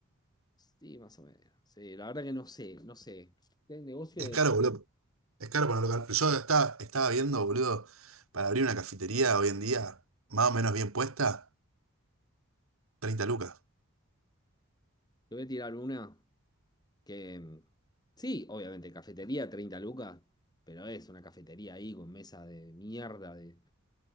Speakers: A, on the left (about 20°); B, on the right (about 70°).
A: sí, más o menos. Sí, la verdad que no sé, no sé. El negocio
B: Es
A: de...
B: caro, boludo. Es caro para un local. Yo estaba, estaba viendo, boludo, para abrir una cafetería hoy en día, más o menos bien puesta, treinta lucas.
A: Te voy a tirar una que... mm, Sí, obviamente, cafetería, 30 lucas, pero es una cafetería ahí con mesa de mierda, de